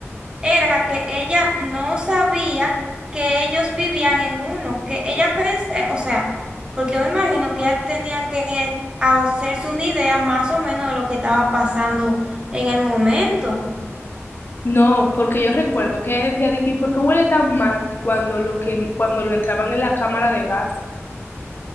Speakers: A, on the right; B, on the left.
A: era que ella no sabía que ellos vivían en uno, que ella pensé, o sea, porque yo me imagino que ella tenía que hacerse una idea más o menos de lo que estaba pasando en el momento.
B: No, porque yo recuerdo que ella decía de que ¿por qué huele tan mal cuando lo que cuando lo entraban en la cámara de gas?